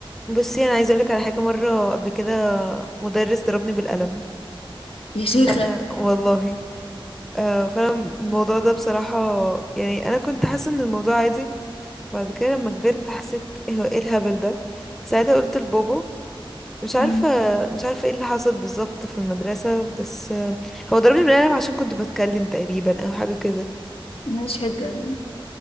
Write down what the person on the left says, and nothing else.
يا شيخة
مم،
ملهاش حجة